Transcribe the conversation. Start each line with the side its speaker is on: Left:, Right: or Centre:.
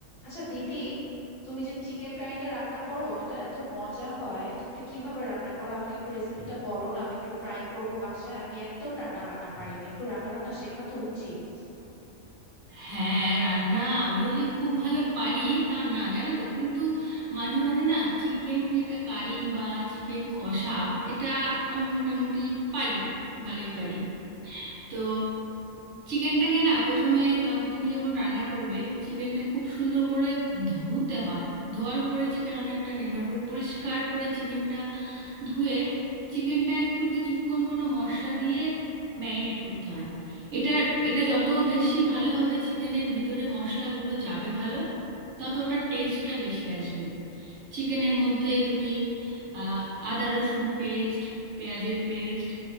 Left: আচ্ছা দিদি তুমি যে চিকেন কারিটা রান্না করো এটা এত মজা হয় তুমি এটা কিভাবে রান্না করো আমাকে একটু রেসিপিটা বলো না আমি একটু ট্রাই করব বাসায় আমি একদম রান্না বান্না পারি না একটু রান্না বান্না শেখা তো উচিত
Right: হ্যাঁ রান্না আমিও যে খুব ভালো পারি তা না জানো তো কিন্তু মাঝে মাঝে না চিকেন যেটা কারি বা চিকেন কষা এটা আমি মোটামুটি পারি ভালোই পারি তো চিকেনটাকে না প্রথমে তখন তুমি যখন রান্না করবে চিকেনটা খুব সুন্দর করে ধুতে হয় ধোয়ার উপরে চিকেন অনেকটা নির্ভর করে পরিষ্কার করে চিকেনটা ধুয়ে চিকেনটা একটু কিছুক্ষণ কোনো মশলা দিয়ে ম্যারিনেট করতে হয় এটা এটা যত বেশি ভালো হবে চিকেনের ভিতরে মশলাগুলো যাবে ভালো তত ওটার টেস্টটা বেশি আসবে চিকেনের মধ্যে তুমি আহ, আদা রসুন পেস্ট পেঁয়াজের পেস্ট